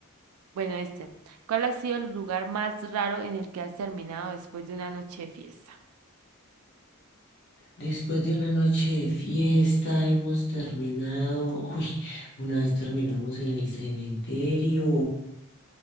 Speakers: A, on the right; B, on the left.
A: bueno, este. ¿Cuál ha sido el lugar más raro en el que has terminado después de una noche de fiesta?
B: Después de una noche de fiesta hemos terminado, <laughs> uy, una vez terminamos en el cementerio,